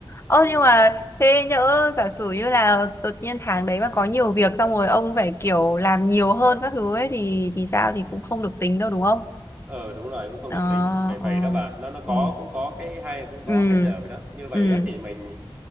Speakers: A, on the left; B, on the right.
A: ờ
B: ừ.
A: nhưng mà thế nhỡ giả sử như là đột nhiên tháng đấy mà có nhiều việc xong rồi ông phải kiểu làm nhiều hơn các thứ ấy thì thì sao thì
B: Ừ.
A: cũng không được tính đâu đúng không
B: ờ đúng rồi cũng không
A: ờ
B: được tính vậy
A: ờ
B: vậy đó bà nó nó có
A: ừ.
B: cũng có cái hay cũng có
A: ừ
B: cái giờ vậy đó như vậy
A: ừ
B: á, thì mình